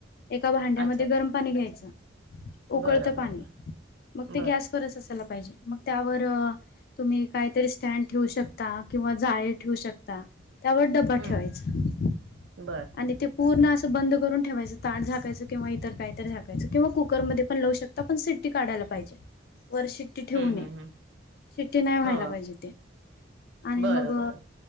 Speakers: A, on the left; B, on the right.
A: एका भांड्यामध्ये
B: अच्छा अच्छा
A: गरम पाणी घ्यायचं उकळतं
B: बरं बरं
A: पाणी
B: बरं
A: मग ते
B: बरं
A: गॅसवरच असायला मग त्यावर तुम्ही कायतरी स्टँड ठेवू शकता किंवा जाळी ठेवू शकता त्यावर डब्बा
B: हम्म
A: ठेवायचा
B: बरं
A: आणि ते पूर्ण अस बंद करून ठेवायचं ताट झाकायचं किंवा इतर काहीतरी झाकायचं किंवा कुकरमधे पण लावू शकता पण सिट्टी काढाय लाग वर शिट्टी ठेवू
B: हम्म
A: नये
B: हम्म हम्म
A: शिट्टी नाय व्हायला
B: हो
A: पाहिजे ते आणि
B: बरं
A: मग
B: बरं